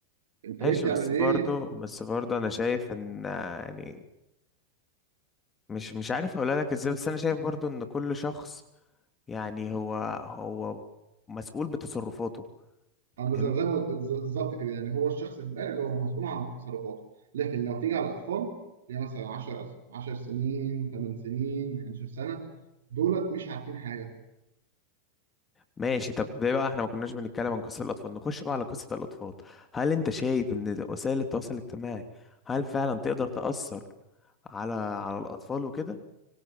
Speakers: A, on the right; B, on the left.
A: انت ليه
B: ماشي
A: بتعمل
B: بس برضه
A: ايه؟
B: بس برضه انا شايف ان آه، يعني مش مش عارف اقولها لك ازاي بس انا شايف برضه ان كل شخص يعني هو هو مسؤول بتصرفاته
A: انا
B: فاهمني
A: زي زي ما قلت بالظبط كده يعني هو الشخص البالغ هو مسؤول عن تصرفاته لكن لو تيجي على الاطفال اللي مثلا 10 10 سنين 8 سنين 11 سنه دولت مش عارفين حاجه
B: ماشي طب ليه بقى احنا ما كناش بنتكلم عن قصة الاطفال نخش بقى على قصة الاطفال هل انت شايف ان وسائل التواصل الاجتماعي هل فعلا تقدر تأثر على على الاطفال وكده